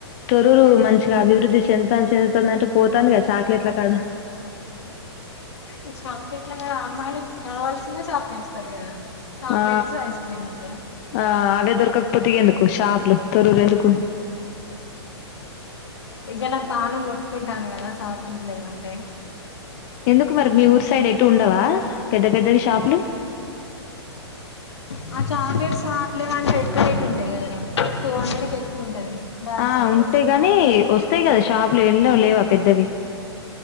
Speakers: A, on the left; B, on the left.
A: రూరు మంచిగా అభివృద్ధి చెంద్తా చెందుతంది అంటే పోతంది కదా చాక్లెట్ల కాడ
B: ఈ చాక్లెట్లే కాద అమ్మాయిలకి కావాల్సిందే చాక్లెట్స్ దగ్గర చాక్లెట్స్
A: ఆ
B: ఐస్ క్రీమ్స్
A: ఆ అవే దొరకకపోతేగేందుకు షాపులు తరూర్ ఎందుకు
B: ఇక నా పానం కొట్టుకుంటుంది కదా <unintelligible> లేవంటే
A: ఎందుకు మరి మీ ఊరు సైడ్ ఎటు ఉండవా పెద్ద పెద్దవి షాపులు
B: ఆ చాక్లెట్స్ రాట్లేదంటే ఎట్లుంటయ్ కదరా టూ హండ్రెడ్కి ఎక్కువ ఉంటుంది డార్క్
A: ఆ
B: చాక్లెట్స్
A: ఉంటాయి గానీ వస్తాయి కదా షాపు లో ఎల్లో లేవా పెద్దవి